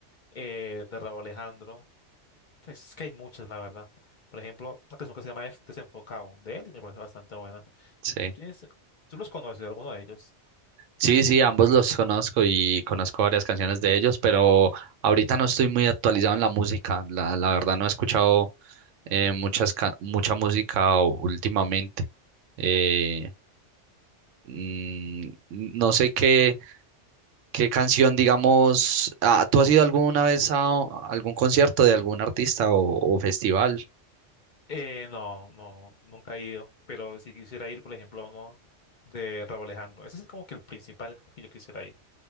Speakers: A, on the left; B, on the right.
A: eh, de Rauw Alejandro. Pues es que hay muchas, la verdad. Por ejemplo, una canción que se llama F- Desenfocado, de él, y me parece bastante buena.
B: Sí.
A: ¿Tú tienes, tú los conoces, alguno de ellos?
B: Sí, sí, ambos los conozco y conozco varias canciones de ellos, pero ahorita no estoy muy actualizado en la música. La, la verdad no he escuchado eh, muchas, ca- mucha música u- últimamente. Eh, mm, no sé qué, qué canción, digamos, ah, ¿tú has ido alguna vez a o- a algún concierto de algún artista o, o festival?
A: Eh, no, no, nunca he ido, pero si quisiera ir, por ejemplo, a uno de Rauw Alejandro. Ese es como que el principal que yo quisiera ir.